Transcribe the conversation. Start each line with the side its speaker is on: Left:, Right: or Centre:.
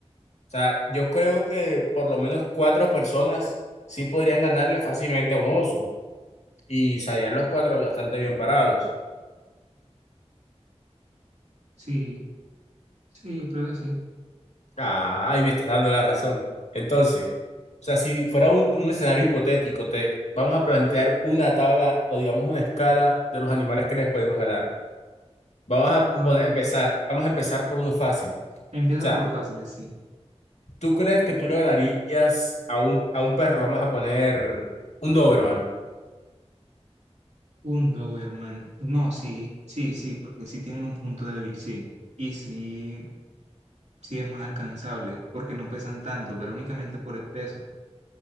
Left: O sea, yo creo que por lo menos cuatro personas sí podrían ganarle fácilmente a un oso. Y salían los cuatro bastante bien parados.
Right: sí, sí, yo creo que sí.
Left: Ah, ahí me estás dando la razón. Entonces, o sea, si fuera un, un escenario hipotético, te vamos a plantear una tabla o digamos una escala de los animales que les podemos ganar. Vamos a
Right: A
Left: poner-
Right: ver,
Left: empezar, vamos a empezar por uno fácil.
Right: empiezo
Left: O sea,
Right: por lo fáciles, sí.
Left: ¿tú crees que tú le ganarías a un, a un perro? Vamos a poner un Doberman.
Right: Un Doberman. No, sí, sí, sí, porque sí tienen un punto débil, sí. Y sí, sí es más alcanzable, porque no pesan tanto, pero únicamente por el peso.